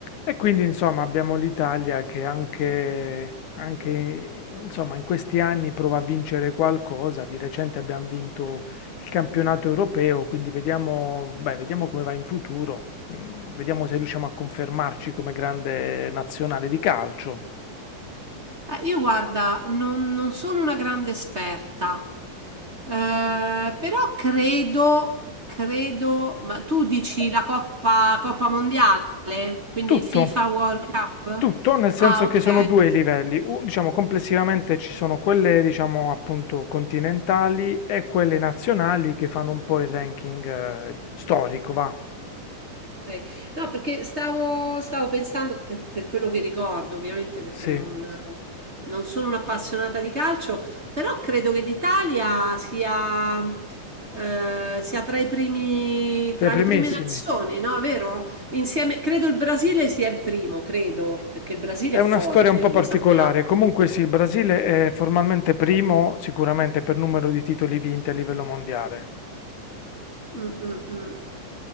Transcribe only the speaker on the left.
E quindi insomma abbiamo l'Italia che anche, anche, insomma, in questi anni prova a vincere qualcosa, di recente abbiamo vinto il campionato europeo, quindi vediamo, beh, vediamo come va in futuro, Mm, vediamo se riusciamo a confermarci come grande nazionale di calcio.
Tutto,
tutto, nel senso
che sono due i livelli, U- diciamo complessivamente ci sono quelle diciamo appunto continentali e quelle nazionali che fanno un po' il ranking eh, storico, va.
Sì,
tra
i primissimi.
È
una
storia un po' particolare.
Comunque sì, il Brasile è formalmente primo, sicuramente per numero di titoli vinti a livello mondiale.